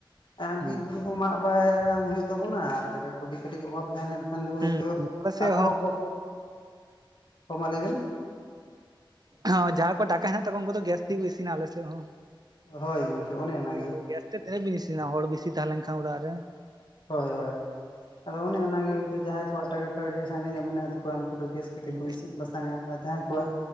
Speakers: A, on the left (about 65°); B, on the right (about 50°).
A: ᱮᱸ
B: ᱦᱩᱸ
A: ᱵᱤᱨ ᱵᱩᱨᱩ ᱦᱚᱸ ᱢᱟᱜ ᱵᱟᱭᱻᱝ ᱦᱩᱭᱩᱜ ᱛᱟᱵᱚᱱᱟ ᱟᱨ ᱴᱟᱠᱟ ᱠᱟᱹᱴᱤᱡ ᱚᱵᱷᱟᱵᱽ ᱛᱟᱦᱮᱸ ᱞᱮᱱᱠᱷᱟᱡ ᱠᱷᱟᱱ ᱫᱚ ᱦᱳᱭᱛᱚ
B: ᱦᱩᱸ ᱟᱞᱮ ᱥᱮᱫ
A: ᱟᱵᱚ ᱦᱚᱸ ᱵᱚ, ᱦᱚᱸ ᱢᱟ ᱞᱟᱹᱭ ᱵᱮᱱ?
B: ᱦᱚᱸ ᱡᱟᱦᱟᱸ ᱠᱚ ᱴᱟᱠᱟ ᱦᱮᱱᱟᱜ ᱛᱟᱠᱚᱣᱟ ᱩᱱᱠᱩ ᱫᱚ ᱜᱮᱥ ᱛᱤᱜᱤ ᱠᱩ ᱤᱥᱤᱱᱟ ᱟᱞᱮ ᱥᱮᱜ ᱦᱚᱸ
A: ᱦᱚᱭ ᱜᱚᱝᱠᱮ ᱚᱱᱮ ᱚᱱᱟ ᱜᱮ᱾
B: ᱟᱫᱚ ᱜᱮᱥ ᱛᱮ ᱛᱤᱱᱟᱹᱜ ᱵᱤᱱ ᱤᱥᱤᱱᱟ ᱦᱚᱲ ᱵᱤᱥᱤ ᱛᱟᱦᱮᱸ ᱞᱮᱱ ᱠᱷᱟᱱ ᱚᱲᱟᱜ ᱨᱮ᱾
A: ᱦᱚᱭ ᱦᱚᱭ ᱟᱫᱚ ᱚᱱᱮ ᱚᱱᱟ ᱜᱮ ᱦᱳᱭ ᱛᱚ ᱡᱟᱦᱟᱸᱭ ᱠᱚᱣᱟᱜ ᱴᱟᱠᱟ ᱠᱟᱹᱣᱰᱤ ᱥᱟᱸᱜᱮ ᱧᱚᱜ ᱢᱮᱱᱟᱜ ᱛᱟᱠᱚᱣᱟ ᱩᱱᱠᱩ ᱫᱚ ᱜᱮᱥ ᱛᱮ
B: ᱦᱩᱸ
A: ᱠᱚ ᱤᱥᱤᱱ ᱵᱟᱥᱟᱝᱟ ᱟᱨ ᱡᱟᱦᱟᱸᱭ ᱠᱚᱣᱟᱜ